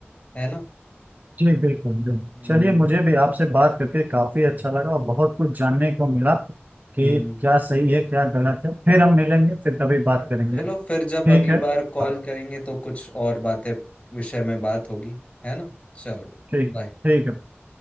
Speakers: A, on the left (about 25°); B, on the right (about 40°).
A: है ना
B: जी बिल्कुल बिल्कुल
A: हम्म
B: चलिए मुझे भी आपसे बात करके काफी अच्छा लगा और बहुत कुछ जानने को मिला कि
A: हम्म
B: क्या सही है क्या गलत है फिर हम मिलेंगे फिर कभी बात करेंगे
A: चलो फिर
B: ठीक
A: जब अगली
B: है
A: बार
B: हाँ
A: कॉल करेंगे तो कुछ और बातें विषय में बात होगी है ना चलो
B: ठीक
A: बाय
B: है, ठीक है